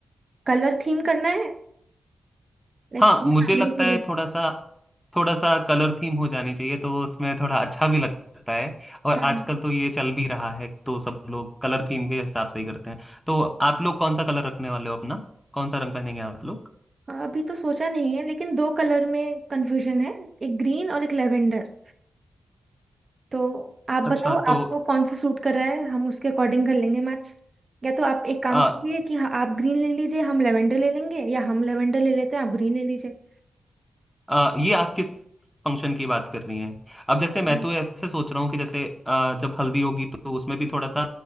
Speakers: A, on the right (about 50°); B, in the centre.
A: कलर थीम करना है लाइक
B: हाँ मुझे
A: फैमिली
B: लगता
A: के
B: है
A: लिए
B: थोड़ा सा थोड़ा सा कलर थीम हो जानी चाहिए तो उसमें थोड़ा अच्छा भी लगता है और
A: हाँ
B: आजकल तो ये चल भी रहा है तो सब लोग कलर थीम के हिसाब से ही करते हैं तो आप लोग कौन सा कलर रखने वाले हो अपना कौन सा रंग पहनेंगे आप लोग
A: हाँ, अभी तो सोचा नहीं है लेकिन दो कलर में कंफ्यूजन है एक ग्रीन और एक लेवेंडर तो आप
B: अच्छा
A: बताओ
B: तो
A: आपको कौन सा सूट कर रहा है हम उसके अकॉर्डिंग कर लेंगे मैच या तो आप एक काम
B: आ,
A: करिए कि हाँ, आप ग्रीन ले लीजिए हम लेवेंडर ले लेंगे या हम लेवेंडर ले लेते हैं आप ग्रीन ले लीजिए
B: आ, ये आप किस फंक्शन की बात कर रही हैं अब जैसे
A: अच्छा
B: मैं तो ऐसे सोच रहा हूँ कि जैसे आ, जब हल्दी होगी तो उसमें भी थोड़ा सा